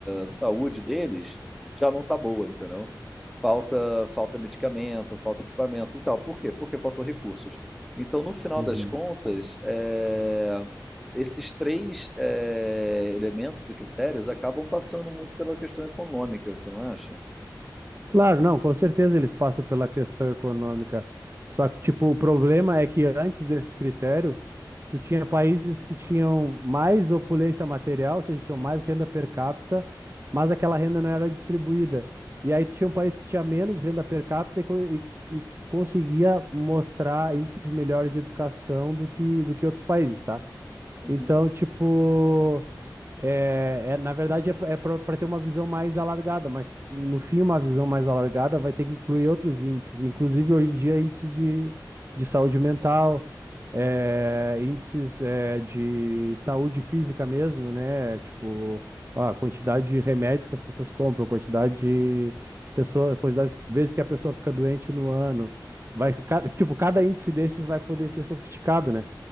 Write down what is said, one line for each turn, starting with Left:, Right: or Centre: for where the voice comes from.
Centre: saúde deles já não está boa, entendeu? Falta, falta medicamento, falta equipamento e tal. Por quê? Porque faltou recursos. Então, no final
Right: Uhum.
Centre: das contas, é, esses três é, elementos e critérios acabam passando muito pela questão econômica, você não acha?
Right: Claro, não, com certeza eles passam pela questão econômica. Só que, tipo, o problema é que antes desse critério, tu tinha países que tinham mais opulência material, ou seja, tinham mais renda per capita, mas aquela renda não era distribuída. E aí tu tinha um país que tinha menos renda per capita e, co- e- e conseguia mostrar índices melhores de educação do que, do que outros países, tá?
Centre: Uhum.
Right: Então, tipo. É, é, na verdade, é para ter uma visão mais alargada, mas no fim, uma visão mais alargada vai ter que incluir outros índices, inclusive hoje em dia, índices de, de saúde mental, é, índices é, de saúde física mesmo, né? Tipo, ó, a quantidade de remédios que as pessoas compram, quantidade de pessoa, quantidade de vezes que a pessoa fica doente no ano. Vai, cada, tipo, cada índice desses vai poder ser sofisticado, né?